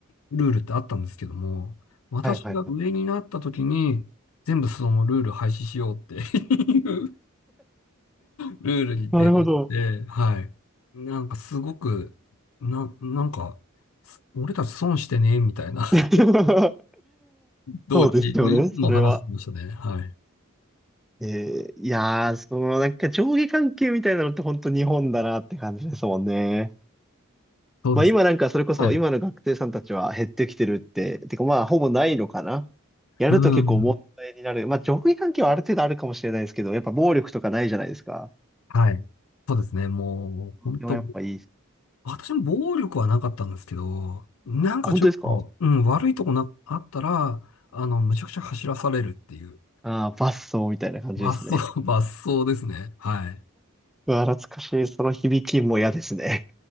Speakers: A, on the left; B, in the centre.
A: ルールってあったんですけども、私が上になった時に、
B: はいはいはい。
A: 全部そのルール廃止しようって <laughs> ルールに出会って、
B: なるほど。
A: はい。なんかすごく、な、なんか、す俺たち損してね、みたいな
B: <laughs>
A: <laughs> 同期もいつも話してましたね。
B: そうですよね、それは。
A: はい。
B: えーいやー、そのなんか上下関係みたいなのって本当日本だなって感じですもんね。
A: そうです。
B: まあ今なんかそれこそ今の学生さんたちは減ってきてるって、
A: はい。
B: てかまあほぼないのかな。やると結構問題になる。
A: うん。
B: まあ上下関係はある程度あるかもしれないですけど、やっぱ暴力とかないじゃないですか。
A: はい。そうですね。もう、本当
B: でもやっぱいいっす。
A: 私も暴力はなかったんですけど、なんかちょっと、
B: あ本当ですか
A: うん、悪いとこな、あったら、あの、むちゃくちゃ走らされるっていう、
B: ああー、バッソーみたいな感じですね。
A: 罰走、<laughs> 罰走ですね。はい。
B: うわ、懐かしい。その響きも嫌ですね。